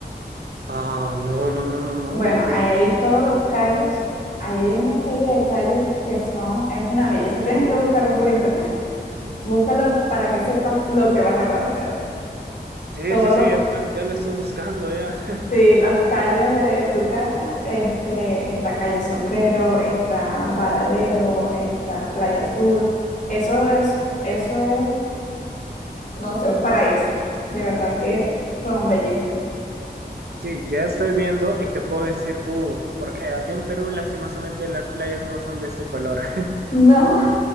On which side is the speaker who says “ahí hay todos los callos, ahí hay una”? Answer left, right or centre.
Left